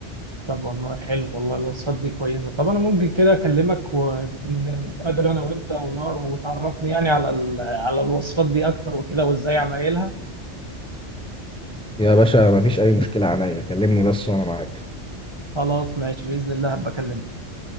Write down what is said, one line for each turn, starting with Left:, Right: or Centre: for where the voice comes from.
Right: طب والله حلو والله الوصفات دي كويسه طب انا ممكن كده اكلمك ونتقابل انا وانت ونار وتعرفني يعني على ال- على الوصفات دي اكتر وكده وازاي عمايلها
Centre: يا باشا مفيش أي مشكلة عليا كلمني بس وأنا معاك
Right: خلاص ماشي باذن الله هبقى اكلمك